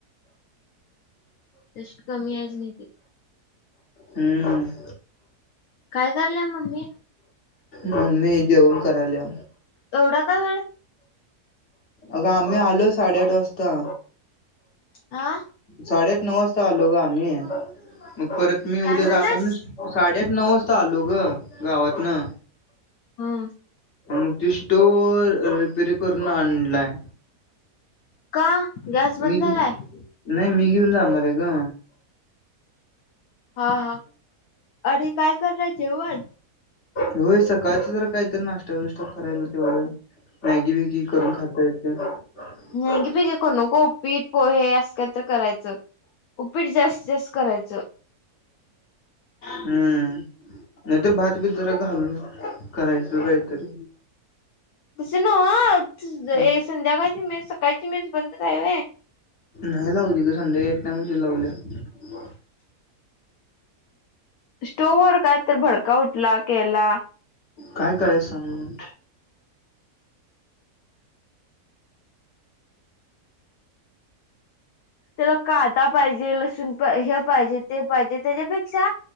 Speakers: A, on the left (about 70°); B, on the left (about 50°).
A: त्याशिवाय कमी यायचं नाई ते.
B: हम्म.
A: काय कराल्या मम्मी?
B: मम्मी जेवन कराल्या.
A: एवढा का वेळ
B: अगं आम्ही आलो साडेआठ वाजता.
A: आह?
B: साडेआठ-नऊ वाजता आलो गं आम्ही. हो. मग परत मी
A: काय
B: उद्या
A: म्हणलास
B: जाताना साडेआठ नऊ वाजता आता आलो गं गावातनं.
A: हा.
B: मग त्यो स्टोअ रिपेरी करून आणलाय.
A: का अ गॅस बंद
B: मी घेऊन
A: झालाय
B: नाही मी घेऊन जाणार आहे ग
A: हा हा आणि काय तू करणार जेवण
B: होय सकाळचं जर काहीतर नाशता चविष्ट करायला तेवढं मॅगी बीगी करून खाता येतय
A: घ्यागे पिघे करू नको उपीट पोहे अस काय तरी करायचं उपीट जास्तीत जास्त करायचं
B: हम्म नाहीतर भात बिदर घालून जाणार करायच काहीतरी
A: तस नव
B: हम्म.
A: ए संध्याकाळची मेस सकाळची मेस बंदच हाय व्हय
B: नाही लावली ग संध्याकाळी एक टाइमची लावलीया
A: स्टोववर काय तर भडका उडला केला
B: काय करायचं सांग मग
A: त्याला कादा पाहिजे लसूण हे पाहिजे ते पाहिजे त्याच्यापेक्षा